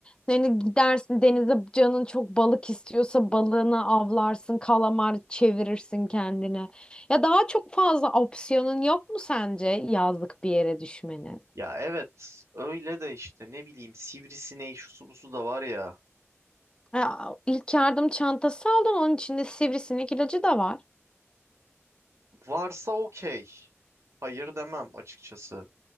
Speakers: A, on the left (about 20°); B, on the right (about 70°).
A: Hani gidersin denize canın çok balık istiyorsa balığını avlarsın, kalamar çevirirsin kendine. Ya daha çok fazla opsiyonun yok mu sence yazlık bir yere düşmenin?
B: Ya evet öyle de işte ne bileyim sivrisineği şusu busu da var ya.
A: Ya, ilk yardım çantası aldın onun içinde sivrisinek ilacı da var.
B: Varsa okey. Hayır demem açıkçası.